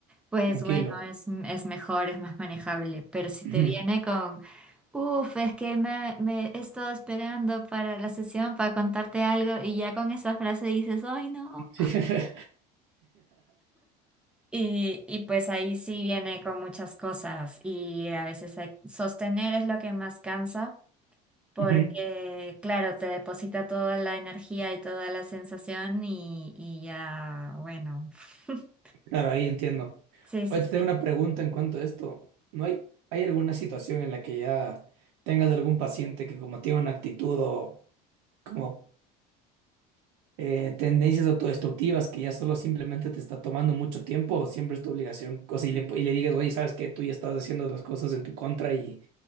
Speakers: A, in the centre; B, on the right.
A: pues
B: Tranquilo.
A: bueno, es, es mejor, es más manejable. Pero si te
B: Ujú.
A: viene con Uf, es que me, me he estado esperando para la sesión para contarte algo y ya con esa frase dices, ¡ay no!
B: Sí. <laughs>
A: Y, y pues ahí sí viene con muchas cosas y a veces hay- sostener es lo que más cansa porque,
B: Ujú.
A: claro, te deposita toda la energía y toda la sensación y, y ya, bueno. <laughs>
B: Claro, ahí entiendo.
A: Sí, sí,
B: Hoy te
A: sí.
B: tengo una pregunta en cuanto a esto. ¿No hay, hay alguna situación en la que ya tengas algún paciente que como tiene una actitud o como eh, tendencias autodestructivas que ya solo simplemente te está tomando mucho tiempo o siempre es tu obligación. O si le, y le digas, oye, ¿sabes qué? Tú ya estás haciendo las cosas en tu contra y,